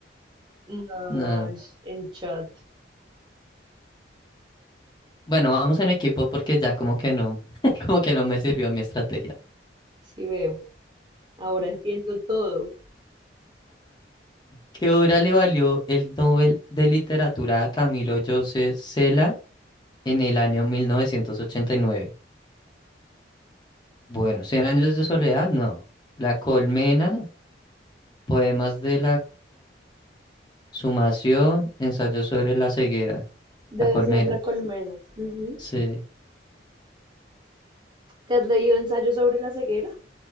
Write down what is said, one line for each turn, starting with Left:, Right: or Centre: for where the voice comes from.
Right: No,
Left: no.
Right: en chat.
Left: Bueno, vamos en equipo porque ya como que no, <laughs> como que no me sirvió mi estrategia.
Right: Sí veo. Ahora entiendo todo.
Left: ¿Qué obra le valió el Nobel de Literatura a Camilo José Cela en el año 1989? Bueno, ¿Cien años de soledad? No. La colmena, poemas de la consumación, ensayo sobre la ceguera.
Right: Debe
Left: La colmena.
Right: ser la colmena. Ujú.
Left: Sí.
Right: ¿Te has leído Ensayo sobre la ceguera?